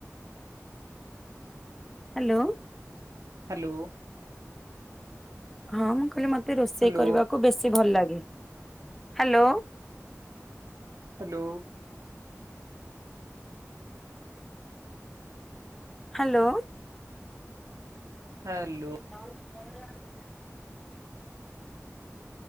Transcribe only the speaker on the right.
ହାଲୋ।
ହ୍ୟାଲୋ
ହ୍ୟାଲୋ।
ହ୍ୟାଲୋ।